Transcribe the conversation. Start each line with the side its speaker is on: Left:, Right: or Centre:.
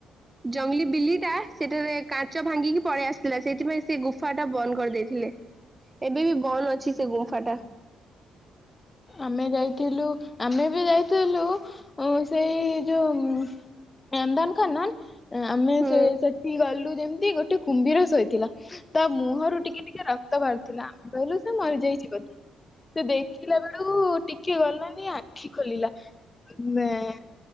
Right: ଜଙ୍ଗଲି ବିଲି ଟା ସେଠାରେ କାଚ ଭାଙ୍ଗିକି ପଳେଇ ଆସିଥିଲା ସେଇଥିପାଇଁ ସେ ଗୁଫା ଟା ବନ୍ଦ କରିଦେଇଥିଲେ। ଏବେ ବି ବନ୍ଦ ଅଛି ସେ ଗୁମ୍ଫା ଟା।
Left: ଆମେ ଯାଇଥିଲୁ ଆମେ ବି ଯାଇଥିଲୁ ଉଁ ସେଇ ଯୋଉ ନନ୍ଦନକାନନ ଆମେ
Right: ହୁଁ
Left: ସେ ସେଠି ଗଲୁ ଯେମତି ଗୋଟେ କୁମ୍ଭୀର ଶୋଇଥିଲା। ତା ମୁହଁରୁ ଟିକେ ଟିକେ ରକ୍ତ ବାହାରୁଥିଲା ଆମେ କହିଲୁ ସେ ମରିଯାଇଛି ବୋଧେ। ସେ ଦେଖିଲା ବେଳକୁ ଟିକେ ଗଲାନି ଆଖି ଖୋଲିଲା ମେଁ